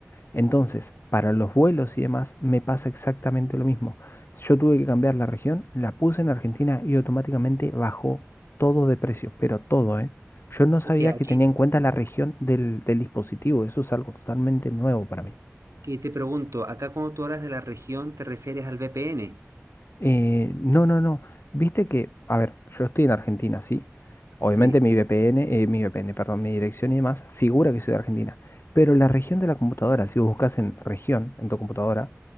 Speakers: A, on the left; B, on the right.
A: Entonces, para los vuelos y demás, me pasa exactamente lo mismo. Yo tuve que cambiar la región, la puse en Argentina y automáticamente bajó todo de precio, pero todo, ¿eh? Yo no sabía
B: Ok, aquí
A: que tenía en cuenta la región del, del dispositivo. Eso es algo totalmente nuevo para mí.
B: que te pregunto, acá cuando tú hablas de la región, ¿te refieres al VPN?
A: Eh, no, no, no. Viste que, a ver, yo estoy en Argentina, sí. Obviamente
B: Sí.
A: mi VPN, eh, mi VPN, perdón, mi dirección y demás figura que soy de Argentina. Pero la región de la computadora, si vos buscas en región, en tu computadora,